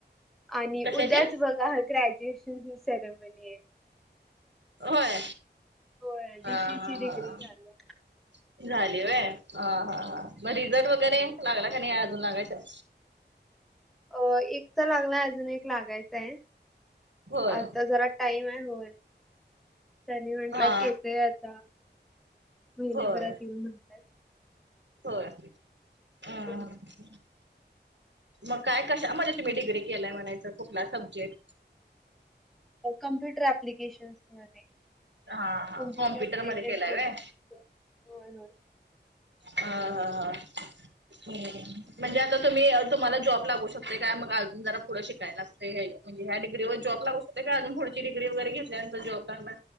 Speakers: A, in the centre; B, on the right.
A: आणि
B: कशाचे
A: उद्याच बघा ग्रॅज्युएशन. ह सेरमणी.
B: होय
A: होय बी
B: हा
A: सी
B: हा
A: ची
B: हा.
A: डिग्री झाली.
B: <inaudible> झाली वय ह हा हां मग रिझल्ट वगैरे लागला का नाही अजून लागायचं?
A: अ एकचा लागलाय अजून एक लागायचय
B: होय
A: आता जरा. टाईम आहे होय त्यांनी म्हटलात
B: हा
A: येतय आता. महिन्याभरात
B: होय
A: येऊ म्हणतात.
B: होय हा.
A: होय.
B: <inaudible> मग काय कशा म्हजे तुम्ही डिग्री केलाय म्हणायचं कुठला सब्जेक्ट?
A: कम्प्युटर अऍप्लिकेशन्स मध्ये.
B: हा हा
A: कम्प्युटर
B: कॉम्प्युटरमध्ये
A: रिलेटेड
B: केला
A: जे
B: होय.
A: काय असते होय होय.
B: हा हा हा. म्हणजे आता तुम्ही तुम्हाला जॉब लागू शकते काय मग अजून जरा पुढं शिकायला लागते हे. म्हणजे या डिग्री वर जॉब लागू शकतो काय अजून पुढची डिग्री वगैरे घेतल्यानंतर जॉब लागणार?